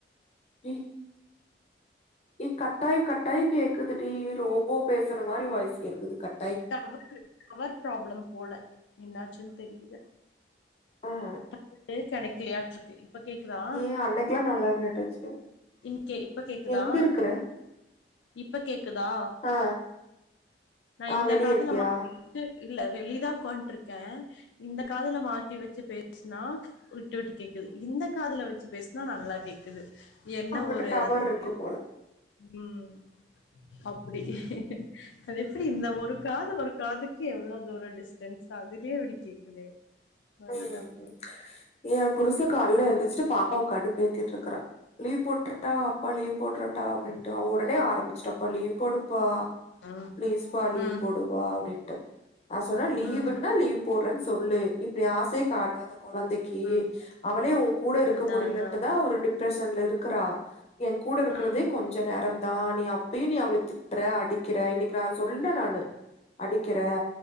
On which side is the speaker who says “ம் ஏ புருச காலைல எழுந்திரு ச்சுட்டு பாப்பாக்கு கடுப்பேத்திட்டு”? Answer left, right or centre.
Left